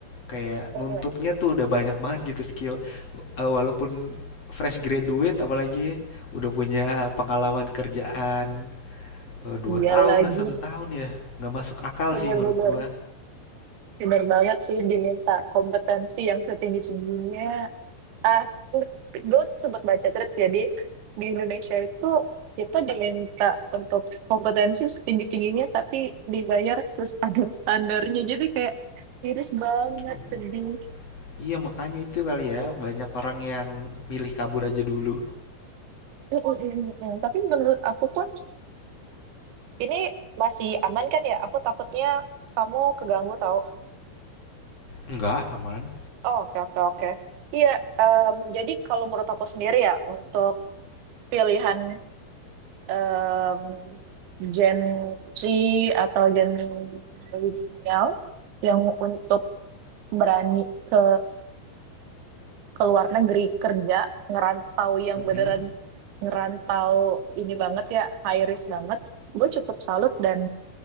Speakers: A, on the left (about 35°); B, on the right (about 80°).
A: kayak
B: eh,
A: nuntutnya
B: eh.
A: tuh udah banyak banget gitu skill. Eh, Walaupun fresh graduate apalagi udah punya pengalaman kerjaan eh, dua
B: iya
A: tahun
B: lagi
A: lah satu tahun ya, nggak masuk akal
B: <laughs> bener-bener
A: sih menurut gua.
B: bener banget sih diminta kompetensi yang setinggi-tingginya ah gue sempat baca thread jadi di Indonesia itu kita diminta untuk kompetensi setinggi tingginya tapi dibayar standar standarnya jadi kayak iris banget
A: Tuh.
B: sedih
A: Iya, makanya itu kali ya, banyak orang yang milih kabur aja dulu.
B: Mm, mm, mm, mm. tapi menurut aku pun ini masih aman kan ya aku takutnya kamu keganggu tau
A: Enggak, aman.
B: oh, oke oke oke iya em, jadi kalau menurut aku sendiri ya untuk pilihan em, Gen Z atau Gen milenial yang untuk berani ke ke luar negeri kerja ngerantau yang
A: Mm-mm.
B: beneran ngerantau ini banget ya high risk banget gue cukup salut dan